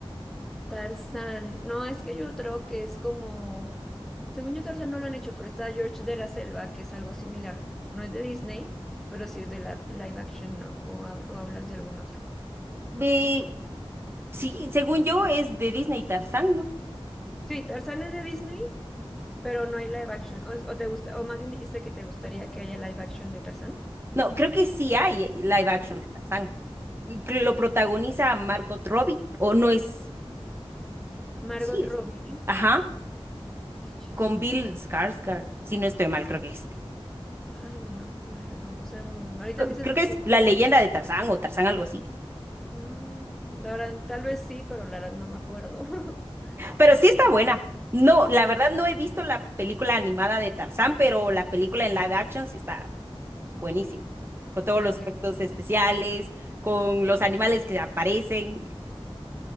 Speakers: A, in the centre; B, on the right (about 25°).
A: Tarzán, no, es que hay otro que es como, según yo Tarzán no lo han hecho, pero está George de la Selva, que es algo similar. No es de Disney, pero sí es de la- live action, ¿no? O, hab- o hablas de algún otro.
B: Eh, sí, según yo es de Disney Tarzán, ¿no?
A: Sí, Tarzán es de Disney, pero no hay live action. O, o te gusta, o más bien dijiste que te gustaría que haya live action de Tarzán.
B: No, creo que sí hay eh, live action de Tarzán. Que Lo protagoniza Margot Robbie, o no es,
A: Margot
B: sí es.
A: Robbie.
B: Ajá.
A: Qué chis.
B: con Bill Skarsgård, si no estoy mal, creo que es.
A: Ay, no me acuerdo. O sea, mm, ahorita
B: C-
A: me dices
B: Creo
A: Margot
B: que es La
A: Robbie.
B: leyenda de Tarzán o Tarzán algo así.
A: Ay, la verdad, tal vez sí, pero la verdad no me acuerdo. <laughs>
B: Pero sí está buena. No, la verdad no he visto la película animada de Tarzán, pero la película en live action sí está buenísima. Con todos
A: La
B: los
A: voy
B: efectos
A: a ver.
B: especiales, con los animales que aparecen.